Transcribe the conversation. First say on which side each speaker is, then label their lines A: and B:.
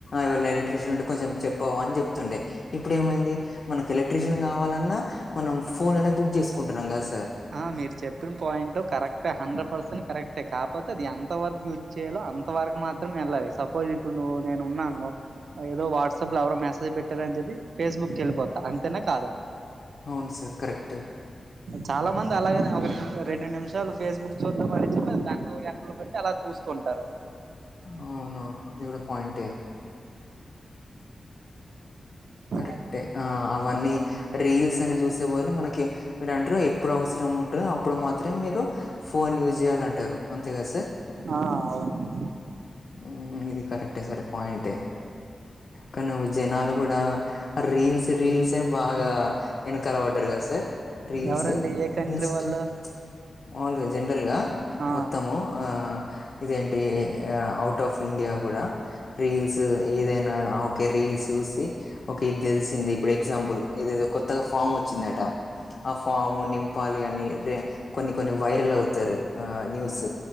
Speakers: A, on the left (about 55°); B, on the right (about 75°).
A: ఇవాళ ఎలక్ట్రిషియన్ ఉంటే కొంచెం చెప్పవా అని చెప్తుండే ఇప్పుడు ఏమైంది మనకు ఎలక్ట్రిషియన్ ఏం కావాలన్నా మనం ఫోన్నే లోనే బుక్ చేసుకుంటున్నాం కదా సార్
B: ఆ మీరు చెప్పిన పాయింట్ కరెక్టే హండ్రెడ్ పర్సెంట్ కరెక్టే కాకపోతే అది ఎ అంత వరకు యూజ్ చేయాలో అంత వరకు మాత్రమే వెళ్ళాలి సపోజ్ ఇప్పుడు నువు నేను ఉన్నాను ఏదో వాట్సప్తో ట్సప్ లో ఎవరో మెసేజ్ పెట్టారని చెప్పి ఫేస్బుక్కిిళ్ళిపోతా అంతేనా కాదా
A: అవును సార్ కరెక్ట్
B: చాలా మంది అలాగేనే ఒకెం రెండు నిమిషాలు ఫేస్బుక్ చూద్దాం మరిచి గంటలు గంటలు అలా చూస్తుంటారు
A: అవునా ఇది కూడా పాయింటే కరెక్టే
B: అది
A: ఆ అవన్నీ రీల్స్ అని చూసే బదులు మనకి మీరు అంటారు ఎప్పుడు అవసరం ఉంటందో అప్పుడు మాత్రమే మీరు ఫోన్ యూజ్ చేయాలంటారు అంతే కదా సార్
B: ఆ అవునండి
A: ఊ ఇది కరెక్టే సార్ పాయింటే కానీ నువ్వు జనాలు గూడా రీల్స్ రీల్స్ అని బాగా వెనకల పడ్డారు కదా సార్ రీల్స్
B: ఎవరండి ఏ కంట్రీ
A: ఇన్స్టా
B: వాళ్ళు
A: మాములుగా జనరల్ గా
B: ఆ
A: మొత్తము ఆ ఇదేంటి ఔట్ ఆఫ్ ఇండియా గూడా రీల్స్ ఏదైనా ఓకే రీల్స్ సూసి ఓకే ఇది తెలిసింది ఇప్పుడు ఎగ్జాంపుల్ ఇదేదో కొత్తగా ఫామ్ వచ్చిందట ఆ ఫామ్ నింపాలి అని రే కొన్ని కొన్ని వైరల్ అవుతారు ఆ న్యూస్